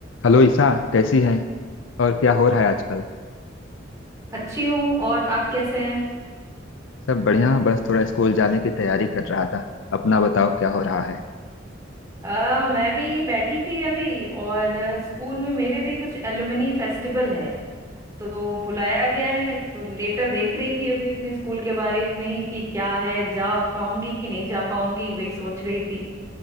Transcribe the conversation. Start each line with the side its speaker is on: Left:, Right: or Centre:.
Left: Hello Isa कैसी हैं और क्या हो रहा है आजकल
Right: अच्छी हूँ और आप कैसे हैं
Left: सब बढ़िया बस थोड़ा स्कूल जाने की तैयारी कर रहा था अपना बताओ क्या हो रहा है
Right: अ, मैं भी बैठी थी अभी और अ, स्कूल में मेरे भी कुछ एलुमनी फेस्टिवल है तो बुलाया गया है तो लेटर देख रही थी अभी अपने स्कूल के बारे में ही कि क्या है जा पाऊंगी कि नहीं जा पाऊंगी वही सोच रही थी